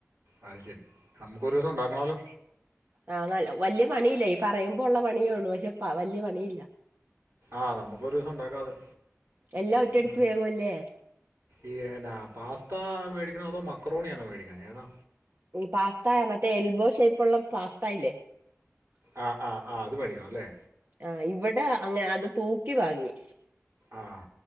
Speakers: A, on the right; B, on the right.
A: അത് ശരി നമുക്ക് ഒരു ദിവസം ഉണ്ടാക്കണല്ലോ.
B: ആഹ് നല്ല വാല്യ പണിയില്ല ഈ പറയുമ്പോ ഉള്ള പണിയേള്ളൂ പക്ഷെ വല്യ പണിയില്ല.
A: ആഹ് നമുക്ക് ഒരുദിവസം ഉണ്ടാക്കാം അത്.
B: എല്ലാ ഒറ്റയടിക്ക്
A: ഉം
B: വെക്കുമല്ലേ.
A: ഈ എന്നാ പാസ്ത മേടിക്കണോ അതോ മക്കറോണിയാണോ മേടിക്കണേ ഏതാ
B: പാസ്ത മറ്റേ എൽബോ ഷേപ്പ് ഉള്ള പാസ്ത ഇല്ലേ.
A: ആഹ് ആഹ് ആഹ് അത് മേടിക്കണമല്ലേ.
B: ആ ഇവിടെ അങ്ങ് അത് തൂക്കിവാങ്ങി.
A: ആഹ്